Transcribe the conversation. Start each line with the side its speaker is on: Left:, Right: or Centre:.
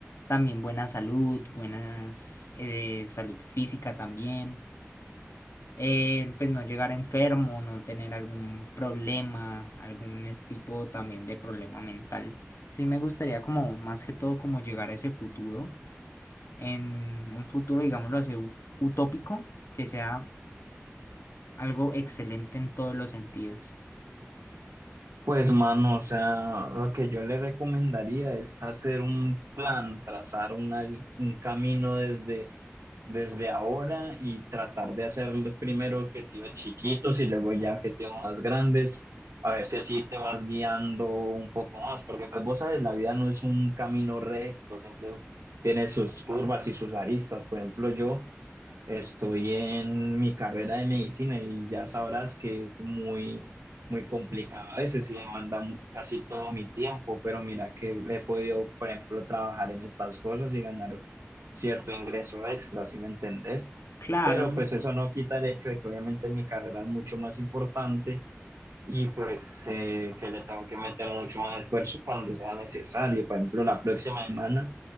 Left: también buena salud, buenas eh, salud física también. eh, pues no llegar enfermo, no tener algún problema, algún es- tipo también de problema mental. Sí me gustaría como más que todo como llegar a ese futuro, en un futuro digámoslo así u- utópico, que sea algo excelente en todos los sentidos.
Right: Pues mano, o sea, lo que yo le recomendaría es hacer un plan, trazar una- un camino desde, desde ahora y tratar de hacer primero objetivos chiquitos y luego ya objetivos más grandes, a ver si así te vas guiando un poco más, porque pues vos sabes, la vida no es un camino recto, siempre es- tiene sus curvas y sus aristas. Por ejemplo, yo Estoy en mi carrera de medicina y ya sabrás que es muy, muy complicado a veces y demanda mu- casi todo mi tiempo, pero mira que he podido, por ejemplo, trabajar en estas cosas y ganar cierto ingreso extra, si me entendés?
Left: Claro,
Right: Pero pues eso no quita el hecho de que obviamente mi carrera es mucho más importante y pues eh, que le tengo que meter mucho más esfuerzo cuando sea necesario. Por ejemplo, la próxima semana